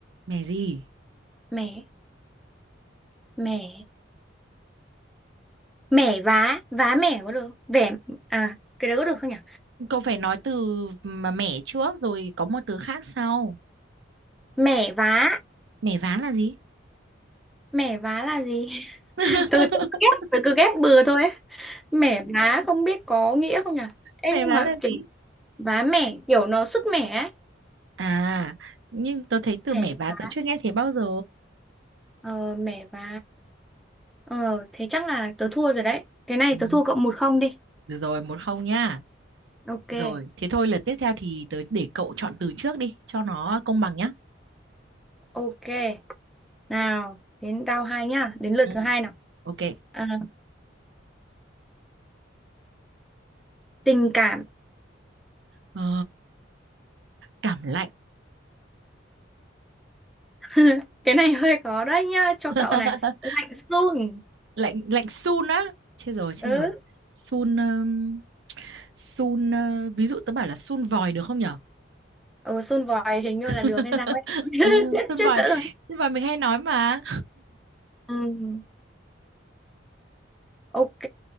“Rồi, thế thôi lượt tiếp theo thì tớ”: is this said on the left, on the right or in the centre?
Right